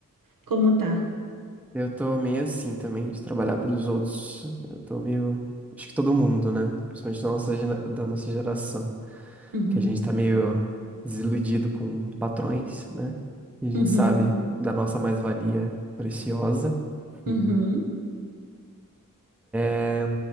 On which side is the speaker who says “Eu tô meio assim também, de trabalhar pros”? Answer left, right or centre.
Centre